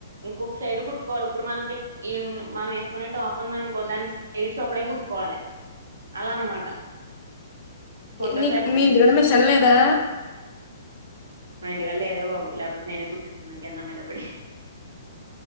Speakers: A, on the right (about 75°); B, on the left (about 40°).
A: ఇంకొక సైడ్ కుట్టుకోవాల ఇప్పుడు మనకీ ఈ మనం వేసుకునే టాప్ ఉంది అనుకో దానికి సైడ్స్ ఒకడే కుట్టుకోవాలి అలా అనమాట ఫొటోస్
B: నీకు
A: పెడతాను
B: మీ ఇంటికడ
A: చూడు
B: మిషన్
A: తర్వాత
B: లేదా
A: మా ఇంటికాళ లేదే బాబు లేకపోతే నేనే కుట్టేసుకునే కింద మీద పడి